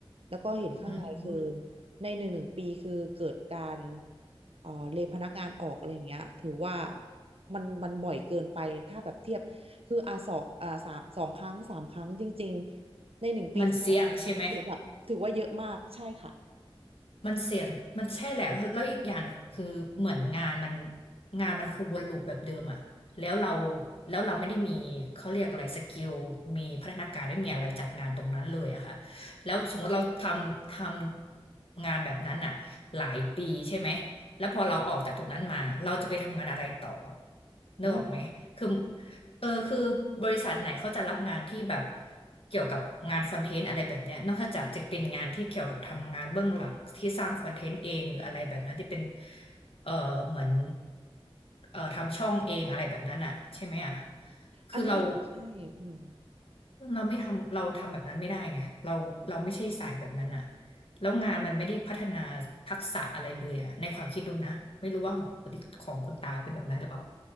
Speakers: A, on the right; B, on the left.
A: แล้วก็เห็นข้างในคือ
B: อืม
A: ในหนึ่งหนึ่งปีคือเกิดการเอ่อเลยพนักงานออกอะไรอย่างเงี้ยถือว่ามันมันบ่อยเกินไปถ้าแบบเทียบคืออ่ะสองอ่ะสามสองครั้งสามครั้งจริง ในหนึ่งปีสองครั้งคือแบบถือว่าเยอะมากใช่ค่ะ
B: มันเสี่ยงใช่ไหม มันเสี่ยงมันใช่แหละแล้วอีกอย่างคือเหมือนงานมันงานมันคือวนลูปแบบเดิมอะแล้วเราแล้วเราไม่ได้มีเขาเรียกอะไรสกิลมีพัฒนาการไม่มีอะไรจากงานตรงนั้นเลยอะค่ะแล้วสมมติเราทำทำงานแบบนั้นอะหลายปีใช่ไหมแล้วพอเราออกจากตรงนั้นมาเราจะไปทำงานอะไรต่อนึกออกไหมคือ
A: อืม
B: เออคือบริษัทไหนเขาจะรับงานที่แบบเกี่ยวกับงานคอนเทนต์อะไรแบบเนี้ยนอกจากจะเป็นงานที่เกี่ยวกับทำงานเบื้องหลังที่สร้างคอนเทนต์เองหรืออะไรแบบนั้นที่เป็นเออเหมือนเออทำช่องเองอะไรแบบนั้นอ่ะใช่ไหมอ่ะคือเรา
A: อันนี้ใช่อืม
B: เราไม่ทำเราทำแบบนั้นไม่ได้ไงเราเราไม่ใช่สายแบบนั้นอ่ะแล้วงานมันไม่ได้พัฒนาทักษะอะไรเลยอ่ะในความคิดดูนะไม่รู้ว่าของคุณของคุณตาเป็นแบบนั้นหรือเปล่า